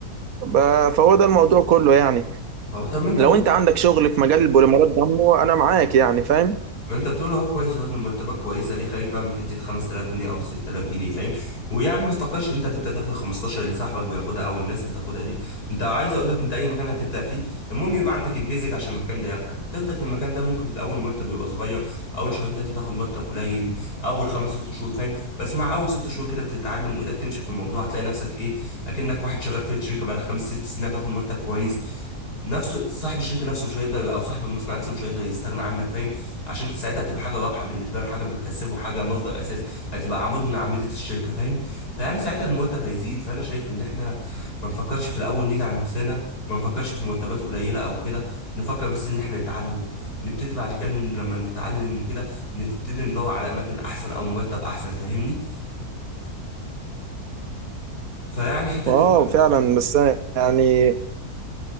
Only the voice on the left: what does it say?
أو طب ما انت
بت...
ما انت بتقول اهو كويس اهو ان مرتبات كويسه ليه خايف بقى من حته 5000 جنيه او 6000 جنيه فاهم ويعني ما تفكرش ان انت هتبدا تاخد ال 15 اللي صاحبك بياخدها او الناس بتاخدها دي انت عايز اقول لك انت اي مكان هتبدا فيه المهم يبقى عندك البيزك عشان المكان ده ياخدك هتفضل في المكان ده ممكن في الاول مرتب يبقى صغير اول شهرين ثلاثه تاخد مرتب قليل اول خمس ست شهور فاهم بس مع اول ست شهور كده تتعلم وايدك تمشي في الموضوع هتلاقي نفسك ايه اكنك واحد شغال في الشركه بقالك خمس ست سنين هتاخد مرتب كويس نفسه صاحب الشركه نفسه مش هيقدر او صاحب المصنع نفسه مش هيقدر يستغنى عنك فاهم عشان انت ساعتها هتبقى حاجه رابحه بالنسبه له حاجه بتكسبه حاجه مصدر اساس هتبقى عمود من اعمده الشركه فاهم فيعني ساعتها المرتب هيزيد فانا شايف ان احنا ما نفكرش في الاول نيجي على نفسنا ما نفكرش في مرتبات قليله او كده نفكر بس ان احنا نتعلم نبتدي بعد كده لما نتعلم وكده نبتدي ندور على اماكن احسن او مرتب احسن فاهمني فيعني حته
ال-